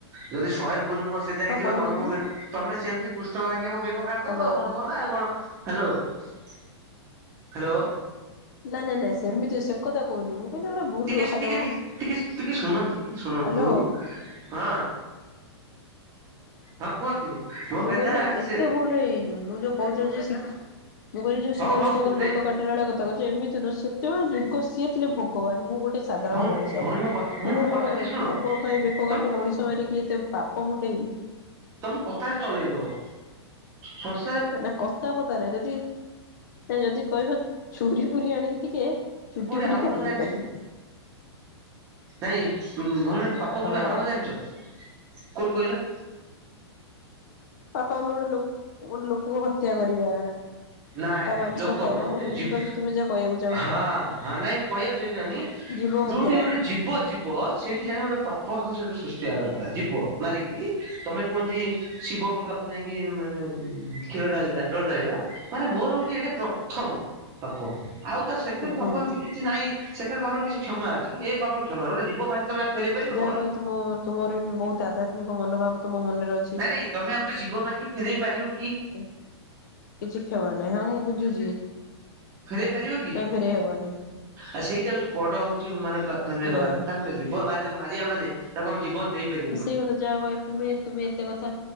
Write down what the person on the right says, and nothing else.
ଯଦି ଶହେ ଭୁଲ ମୋ ସେ ଯାଏଁ
ଯିବ,
ତମେ ମୋ ବେ ତମେ ସେମିତି କୃଷ୍ଣଙ୍କ ବାଗିଆ ମୋ ବେ କ କାଟିଦବ
ଆଉ କଣ, ଗଲା ଆଉ କଣ। Hello hello.
ଟିକେ
ଟିକେ ଟିକେ ଟିକେ ଟିକେ ଶୁଣନ୍ତୁ ଟିକେ ଶୁଣନ୍ତୁ
ହଁ। ହଁ କୁହନ୍ତୁ। ମୋ
କଥା
ସେ
ହଉ ହଉ
ନାଇଁ
ଭଉଣୀ
ଭଉଣୀ ମୋ ଭଉଣୀ
ମୋ କଥା
ଟିକେ ଶୁଣ
ତମେ
ତମେ କଥାରେ ଚଲେଇଦବ। ହଁ ସ
କୋଉଠି
ଆରମ୍ଭ
ଜାଣିଛ
ନାଇଁ ଭଉଣୀ ପାପ
କୋଉଠି ଆରମ୍ଭ ଜାଣିଛ, କୋଉଠୁ କହିଲ?
ନାଇଁ
ନାଇଁ
ଲୋକ
ନୁହଁ ଗୋଟେ
ଜିବ,
ହଁ- ହଁ ନାଇଁ ମୁଁ କହିଆକୁ ସେଇ <unintelligible>
ଯୋଉଠିକି ଗୋଟେ ଜୀବ ଜୀବ କୁହ ସେଇଠି ଜାଣ ଗୋଟେ ପାପରତ <unintelligible> ସେଠୁ ସୃଷ୍ଟି ଆରମ୍ଭହେଲା, ଜୀବ ମାରିକିରି। ତମେ କୁହନ୍ତି ଶିବଙ୍କପାଖକୁ ଯାଇକି ମାନେ କ୍ଷୀର ଢାଳିବା ଜଳ ଢାଳିବା ମାନେ ମୋର ହଉଛି ଏଇଟା ପ୍ରଥମ ପାପ, ଆଉ ତ ସେକେଣ୍ଡ
ପାପ
ଏମିତି କିଛି ନାହିଁ। ସେକେଣ୍ଡ ପାପର କିଛି କ୍ଷମା ଅଛି, କିନ୍ତ ଏ ପାପର କ୍ଷମା ନାହିଁ। ଗୋଟେ ଜୀବ ମାରିକି ତମେ ଫେରେଇ ପାରିବ
ଭଉଣୀ?
ନାଇଁ ନାଇଁ ତମେ ଆଉ ଗୋଟେ ଜୀବ ମାରିକି ଫେରେଇ ପାରିବ
ଫେରେଇ ପାରିବ କି?
ଆଉ ସେଇଟା ହଉଛି ବଡ ହଉଛି, ମାନେ ପ୍ରାଧାନ୍ୟ
ଦବା କଥା। ଗୋଟେ ଜୀବ ମାରିଲେ ମାରିଆ ମାନେ ତାକୁ ଆମେ ଜୀବନ ଦେଇପାରି